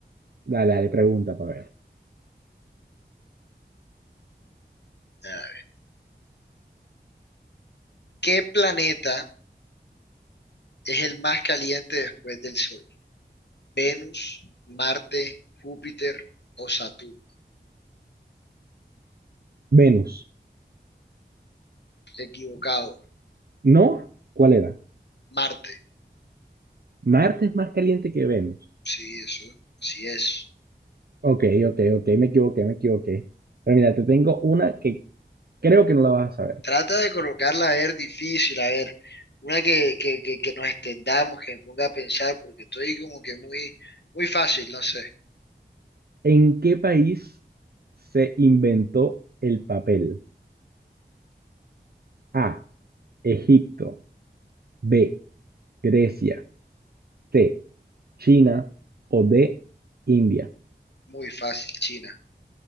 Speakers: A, on the right (about 60°); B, on the left (about 70°).
A: Dale, dale, pregunta para ver.
B: Ah, ¿Qué planeta es el más caliente después del Sol? ¿Venus, Marte, Júpiter o Saturno?
A: Venus.
B: Equivocado.
A: ¿No? ¿Cuál era?
B: Marte.
A: Marte es más caliente que Venus.
B: Sí, eso. Así es.
A: Ok, ok, ok, me equivoqué, me equivoqué. Pero mira, te tengo una que creo que no la vas a saber.
B: Trata de colocarla a ver difícil, a ver. Una que, que, que, que nos extendamos, que me ponga a pensar, porque estoy como que muy, muy fácil, no sé.
A: ¿En qué país se inventó el papel? A, Egipto, B, Grecia, C, China o D, India.
B: Muy fácil, China.